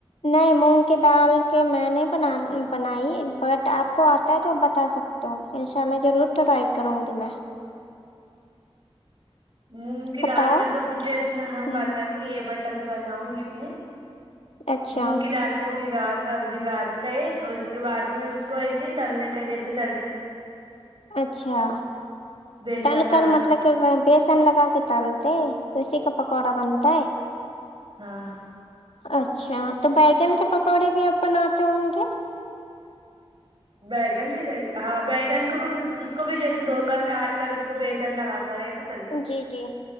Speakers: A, on the left; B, on the right.
A: نہیں مونگ کی دال کے میں نے ب بنائی بٹ آپ کو آتا ہے تو آپ بتا سکتے ہو انشاء اللہ ضرور ٹرائی کروں گی میں
B: مونگ کی
A: بتاؤ
B: دال کا تو مجھے اتنا
A: ہ
B: پتا نہیں ہے بٹ تبھی بناؤں گی میں
A: اچھا
B: مونگ کی دال کوب گات بگاڑنے کا اور اس کے بعد میں اس کو ایسے ہی تلنے کا جیسے تلتے
A: اچھا
B: بیسن
A: تل
B: لگا
A: کر مطلب
B: کے
A: کہ بیس سن لگ ہاکترتے کسی کے پکوڑا بنت
B: ہاں
A: اچھا تو بیگن کے پکوڑے بھی اب بناتے ہوں گے
B: بگن کے ہاں بیگن کو اس کو بھی جیسے دھو کر کاٹ کر اس کو بیسن لگا کر ایسے تلتے کیا
A: جی جی